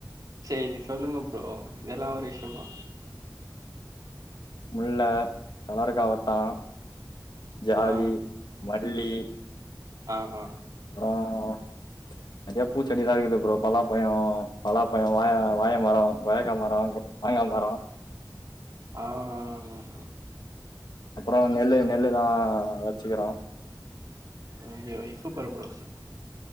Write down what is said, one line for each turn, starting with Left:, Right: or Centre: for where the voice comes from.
Right: சரி சொல்லுங்க ப்ரோ இதெல்லாம் ஒரு விஷயமா
Left: முல்ல கலருக்காவட்டம் ஜாதி
Right: ஆ
Left: மல்லி
Right: ஆஹ் ஆஹ்
Left: றம் நிறைய பூச்செடிலான் இருக்குது ப்ரோ பலாப்பயம் பலாப்பாயம் வாய வாய மரம் கொயக்காய் மரம் மாங்காய் மரம்
Right: ஆஹஹ
Left: அப்புறம் நெல்லு நெல்லுதான் வச்சுக்கிறோம்
Right: உங்க வைஃப் <unintelligible>